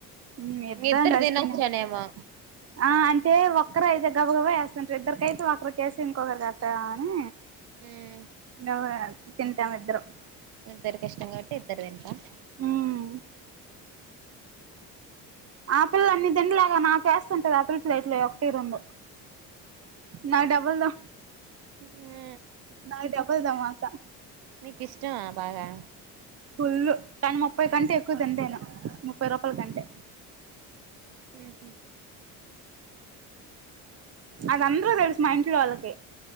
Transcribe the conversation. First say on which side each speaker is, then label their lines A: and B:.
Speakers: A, on the right; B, on the right.
A: ఉమ్ ఇద్దరం
B: ఇద్దరు
A: కలిసిన
B: తినొచ్చానేమో
A: తిన్నేస్తాం ఆ అంటే టె ఒక్కరు అయితే గబ గబ ఏస్తుంటరు ఇద్దరికయితే ఒకరికేసి ఇంకొకరికి అట్టా అని
B: ఉమ్
A: ఆ తింటామిద్దరం
B: ఇద్దరిఇష్టం కాబట్టి ఇద్దరు తింటారా
A: ఉమ్ ఆ పిల్ల అన్ని తినలేక నాక ఏస్తుంటది ఆ పిల్ల ప్లేట్లు ఒకటి రెండు మరి డబల్ ద
B: ఉహు
A: నాకు డబుల్ ధమాకా
B: నీక్ ఇష్టమ బాగా
A: ఫుల్ కానీ ముప్పై కంటే ఎక్కువ తినలేను ముప్పై రూపాయల కంటే
B: హ్మ్
A: అదందరూ తెలుసు మా ఇంట్లో వాళ్ళకి